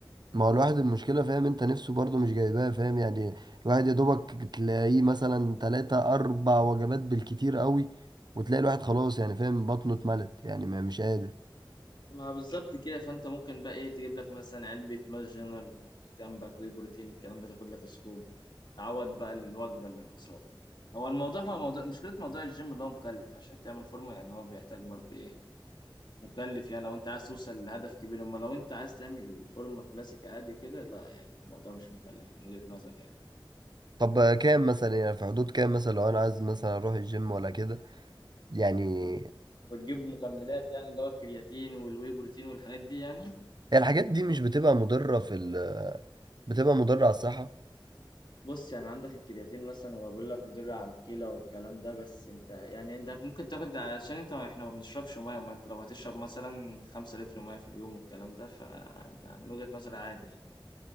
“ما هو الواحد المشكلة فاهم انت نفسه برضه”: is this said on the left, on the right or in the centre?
Right